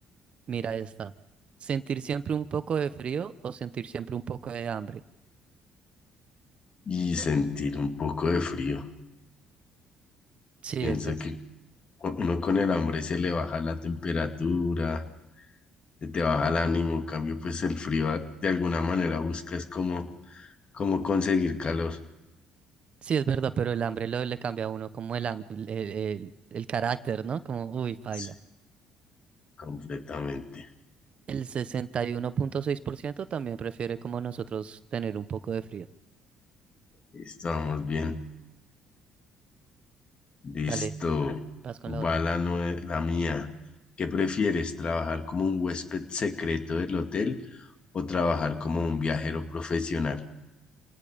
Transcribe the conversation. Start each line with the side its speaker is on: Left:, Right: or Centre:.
Right: Mira esta. ¿Sentir siempre un poco de frío o sentir siempre un poco de hambre?
Left: Y sentir un poco de frío.
Right: Sí,
Left: Pienso
Right: es ver.
Left: que uno con el hambre se le baja la temperatura, se te baja el ánimo. En cambio, pues el frío a- de alguna manera buscas como, como conseguir calor.
Right: Sí, es verdad, pero el hambre lo, le cambia a uno como el, ham- el, el, el carácter, ¿no? Como, uy, paila.
Left: Sí, completamente.
Right: El sesenta y uno punto seis por ciento también prefiere como nosotros tener un poco de frío.
Left: Estamos bien. Listo.
Right: Dale, vas con la otra.
Left: Va la, nue- la mía. ¿Qué prefieres, trabajar como un huésped secreto del hotel o trabajar como un viajero profesional?